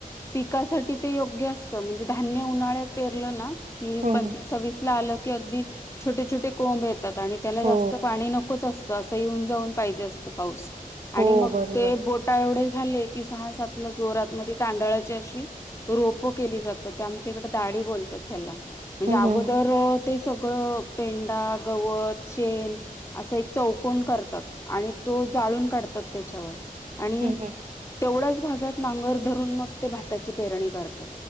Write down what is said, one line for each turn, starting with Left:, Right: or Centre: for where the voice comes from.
Left: पिकासाठी ते योग्य असतं म्हणजे धान्य उन्हाळ्यात पेरलं ना की
Right: हम्म
Left: पंचवीस
Right: हम्म
Left: सव्वीस ला आलं अगदी छोटे छोटे कोंब ये आणि त्याला
Right: हो
Left: जास्त पाणी नकोच असत तर असं येऊन जाऊन पाहिजे असतं पाऊस
Right: हो
Left: आणि मग
Right: बरोबर
Left: ते बोटा एवढेच झालय की सहा सातला जोरात म ते तांदळाची अशी रोप केली जातात, ते आमच्या कडं अळी बोलतात त्यानला. म्हणजे
Right: हम्म
Left: अगोदर
Right: हम्म
Left: ते सगळं पेंडा, गवत, शेन असं एक चौकोन करतात, आणि तो जाळून काढतात त्याच्यावर अणि
Right: हम्म हम्म
Left: तेवढंच भागात नांगर धरून, मग ते भाताची पेरणी कर ता